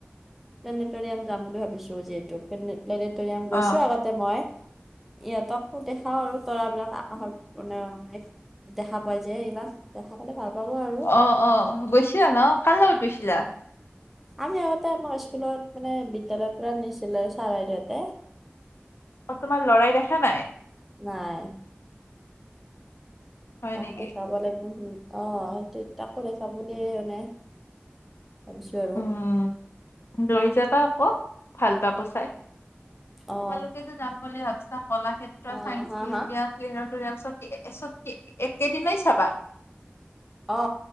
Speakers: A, in the centre; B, on the left.
A: প্লেনটৰিয়াম যাম বুলি ভাবিছো যিহেতু প্লেনটৰিয়াম গৈছো
B: অ
A: আগত তাতে মই ইহঁতকো দেখাও আৰু তৰা বিলাক আকাশত মানে দেখা পাই যে এইবিলাক দেখা পালে ভাল পাব আৰু
B: অ অ গৈছিলা ন কাৰ লগত গৈছিলা
A: আমি আগতে আমাৰ স্কুলত মানে বিদ্যালয়ৰ পৰা নিছিলে চাৰ বাইদেউহঁতে
B: অ তোমাৰ লৰাই দেখা নাই
A: নাই
B: হয়
A: তাক
B: নেকি
A: দেখাব লাগিব হুম অহ সেইটো তাকো দেখাম বুলি মানে ভাবিছো আৰু
B: উম লৈ যাবা আক ভাল পাব চাই
A: অ
B: তোমালোকেতো যাম বুলি ভাবিছা কলাক্ষেত্ৰ
A: অ
B: চাইন্স
A: হা
B: মিউজিয়াম
A: হা
B: প্লেনটৰিয়াম চব চব একে একেদিনাই চাবা
A: অ